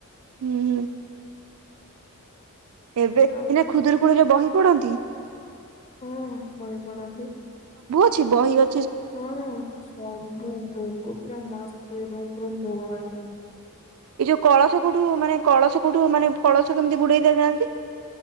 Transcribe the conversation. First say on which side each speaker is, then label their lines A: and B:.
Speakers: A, on the right (about 75°); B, on the left (about 30°).
A: ହୁଁ ହୁଁ ଏବେ
B: ଆଉ
A: ଇନା ଖୁଦରୁକୁଣିରେ ବହି ପଢ଼ନ୍ତି?
B: ହଁ ବହି ପଢ଼ନ୍ତି।
A: କିଛି ବହି ଅ
B: ହୁଁ ସବୁ ଭୋଗ ପୁରା ମସ୍ତ ହୁଏ ରୁମ ରୁମ ଭୋଗ ବାଟନ୍ତି।
A: ଏଇ ଯୋଉ କଳସ କୋଉଠୁ ମାନେ କଳସ କୋଉଠୁ ମାନେ କଳସ କେମିତି ବୁଡେଇତେ ଯାଆନ୍ତି।